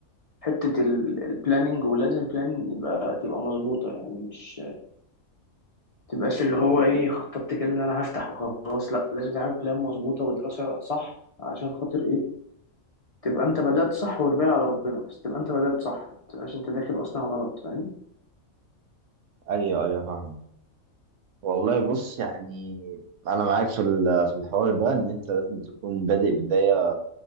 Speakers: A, on the left; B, on the right.
A: حتة البلاننج ولازم البلان يبقى تبقى مظبوطة يعني مش تبقاش اللي هو ايه خططت كده ان انا هفتح وخلاص لا لازم تعمل بلان مظبوطة ودراسة صح عشان خاطر ايه تبقى انت بدأت صح والباقي على ربنا بس تبقى انت بدأت صح ما تبقاش انت داخل اصلا غلط فاهم
B: ايوه ايوه فاهم والله بص يعني انا معاك في ال- في الحوار ده ان انت لازم تكون بادئ بدايه